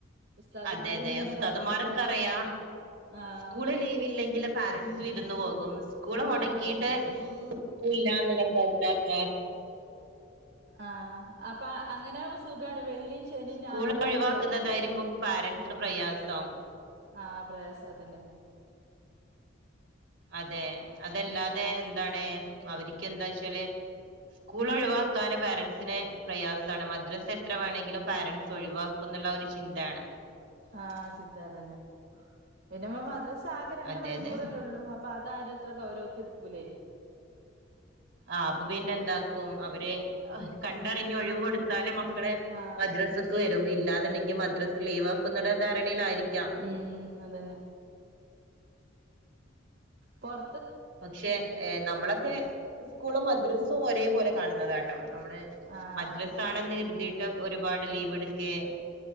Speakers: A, on the right (about 55°); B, on the right (about 70°).
A: ഉസ്താദുമാരിങ്ങനെ
B: അതെ അതെ ഉസ്താതുമാരൊക്കെ
A: പറഞ്ഞിട്ട് അപ്പൊ
B: അറിയ
A: ആഹ്
B: സ്കൂള് ലീവ് ഇല്ലെങ്കില് പാരന്റ്സ് വിരുന്ന് പോകും സ്കൂള് മുടക്കിയിട്ട്
A: ആഹ് അതെ
B: പോ ഇല്ലാന്ന് തെന്ത എന്തക്ക
A: ആഹ് അപ്പാ അങ്ങനെമുമ്പ സുഗാണ് വെള്ളി ശനിം ഞായറും
B: സ്കൂൾ ഒഴിവാക്കുന്നതായിരിക്കും
A: അവധിവല്ലോ അപ്പൊ
B: പാരൻറ്സിന് പ്രയാസം
A: ആഹ് പ്രയാസം അതന്നെ.
B: അതെ അതല്ലാതെ എന്താണ് അവര്ക്ക് എന്താച്ചാല് സ്കൂള് ഒഴിവാക്കാന് പാരൻസ്ന് പ്രയാസാണ് മദ്രാസ് എത്ര വേണെങ്കിലും പാരൻസ് ഒഴിവാക്കുന്നുള്ള ആഹ് ഒരു ചിന്താണ്.
A: ആഹ് ചിന്ത അതന്നെ പിന്നെ മദ്രസാകെ രണ്ട്
B: അതെ
A: മണിക്കൂറല്ലൊള്ളൂ
B: അതെ
A: അപ്പൊ അതാരും അത്ര ഗൗരവത്ത്ടുക്കൂലെ.
B: ആഹ് അപ്പൊ പിന്നെ എന്താക്കും അവര് കണ്ടറിഞ്ഞഞ് ഒഴിവ് കൊടുത്താലേ മ വടെ
A: ആഹ്
B: മദ്രാസക്ക് വരും ഇല്ലാന്ണ്ടെങ്കി മദ്രസ് ലീവ് ആക്കുന്ന ധാരണേലുംയിരിക്കാം.
A: ഉം അതന്നെ. പൊർ
B: പക്ഷേ നമ്മളൊക്കെ സ്കൂളും മദ്രസും ഒരേ പോലെ കാണുന്നതാണ്. നമ്മള്
A: ആഹ്
B: മദ്രസ
A: അതന്നെ
B: ആണെന്ന് കരുതിയിട്ട് ഒരുപാട് ലീവ് എടുകെ.